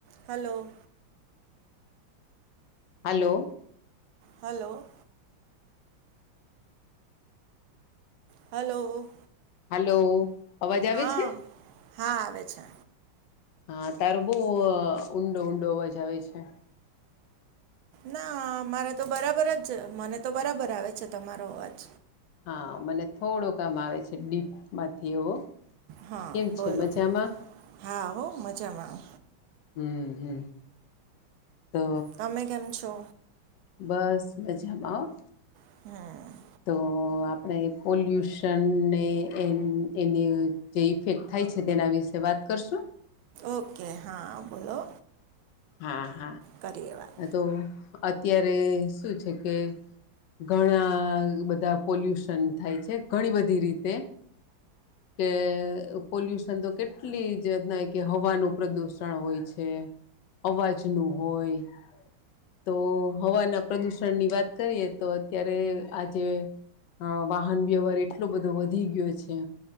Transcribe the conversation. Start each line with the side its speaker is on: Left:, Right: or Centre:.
Right: Hello
Left: hello
Right: hello hello..
Left: hello અવાજ આવે
Right: હા
Left: છે
Right: હા આવે છે
Left: હા તારો બહ ઊંડો ઊંડો અવાજ આવે છે
Right: ના મારે તો બરાબર જ મને તો બરાબર આવે છે તમારો અવાજ
Left: હા મને થોડું કામ આવે છે ડીપમાંથી એવો.
Right: હા
Left: કેમ
Right: બોલો
Left: છે મજામાં
Right: હા હો મજામાં
Left: હમ હમ તો
Right: તમે કેમ છો?
Left: બસ મજમાં.
Right: હમ્મ.
Left: તો અ આપણે પોલ્યુશનને એ એની જે ઇફેક્ટ થાય છે તેના વિશે વાત કરશું.
Right: ઓકે હા બોલો.
Left: હા હા
Right: કરીએ વાત
Left: આ તો અત્યારે શું છે કે ઘણા બધા પોલ્યુશન થાય છે ઘણી બધી રીતે કે પોલ્યુશન તો કેટલી જ કે હવાનું પ્રદુષણ હોય છે. અવાજ નુ હોય. તો હવાના પ્રદુષણની વાત કરીએ તો અત્યારે આજે હ વાહન વ્યવહાર એટલો બધો વધી ગયો છે